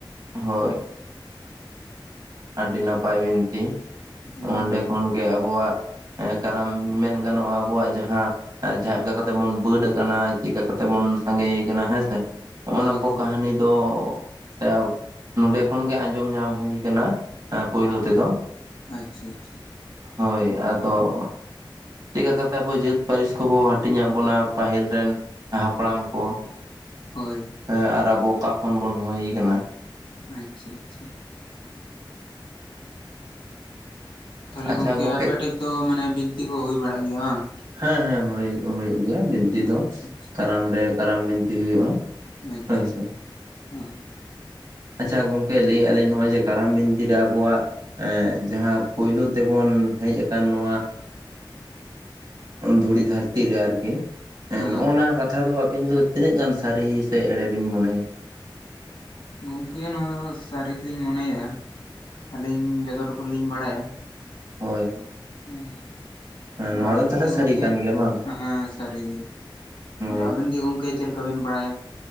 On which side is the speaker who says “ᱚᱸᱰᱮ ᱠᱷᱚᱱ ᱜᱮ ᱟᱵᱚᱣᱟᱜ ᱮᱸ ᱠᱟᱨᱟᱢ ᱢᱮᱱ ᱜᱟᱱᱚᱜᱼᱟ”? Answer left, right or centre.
Right